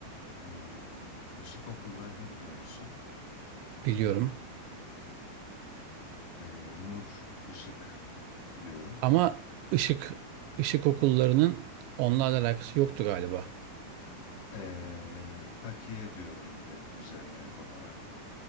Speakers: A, on the left (about 75°); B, on the right (about 80°).
A: Ee, ışık okullarını biliyor musun?
B: biliyorum.
A: Ee, Nur Işık diyorum.
B: Ama ışık ışık okullarının onlarla alakası yoktu galiba.
A: Ee, takiye diyorum bir de üzerine ek olarak.